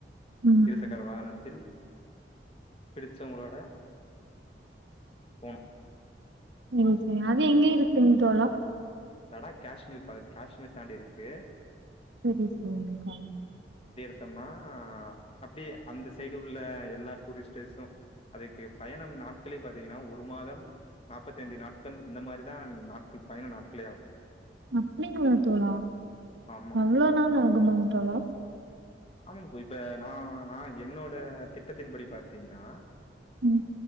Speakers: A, on the right (about 80°); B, on the left (about 35°).
A: ம்.
B: இருசக்கர வாகன கு பிடிச்சவங்களோட போனும்
A: ம் செரி அது எங்க இருக்குங்க தோழா
B: லடாக் காஷ்மீர் காஷ்மீர் தாண்டி இருக்கு
A: செரி செரிங் தோழா
B: பாத்தம்னா அப்டியே அந்த சைடு உள்ள எல்லா டூரிஸ்டர்சும் அதுக்கு பயணம் நாட்களே பாத்தீங்கன்னா ஒரு மாதம் நாற்பத்தி ஐந்து நாட்கள் இந்த மாரிதா நாட்கள் பயண நாட்களே ஆகும்
A: அப்டிங்களா தோழா
B: ஆமா.
A: அவ்ளோ நாள் ஆகுமா தோழா
B: ஆமா தோழி இப்ப நா நா என்னோட திட்டத்தின் படி பாத்தீங்கன்னா
A: உம்